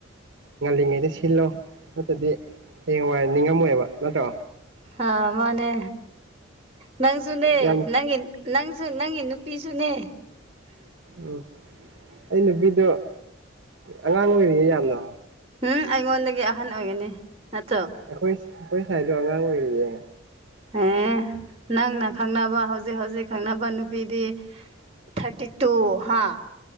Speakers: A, on the right; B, on the right.
A: ꯉꯜꯂꯤꯉꯩꯗ ꯁꯤꯜꯂꯣ ꯅꯠꯇꯗꯤ ꯍꯌꯦꯡ ꯋꯥꯏ ꯅꯤꯡꯉꯝꯃꯣꯏꯕ ꯅꯠꯇ꯭ꯔꯣ
B: ꯍꯥ ꯃꯥꯅꯦ ꯅꯪꯖꯨꯅꯦ
A: ꯌꯥꯝ
B: ꯅꯪꯒꯤ ꯅꯪꯁꯨ ꯅꯪꯒꯤ ꯅꯨꯄꯤꯁꯨꯅꯦ
A: ꯎꯝ ꯑꯩ ꯅꯨꯄꯤꯗꯨꯣ ꯑꯉꯥꯡ ꯑꯣꯏꯔꯤꯌꯦ ꯌꯥꯝꯅ
B: ꯍꯝ ꯑꯩꯉꯣꯟꯗꯒꯤ ꯑꯍꯟ ꯑꯣꯏꯒꯅꯤ ꯅꯠꯇ꯭ꯔꯣ꯫
A: ꯑꯩꯈꯣꯏ ꯑꯩꯈꯣꯏ ꯁꯥꯏꯗꯣ ꯑꯉꯥꯡ ꯑꯣꯏꯔꯤꯌꯦ
B: ꯑꯦ ꯅꯪꯅ ꯈꯪꯅꯕ ꯍꯧꯖꯤꯛ ꯍꯧꯖꯤꯛ ꯈꯪꯅꯕ ꯅꯨꯄꯤꯗꯤ ꯊꯥꯔꯇꯤ ꯇꯨ ꯍꯥꯥ꯫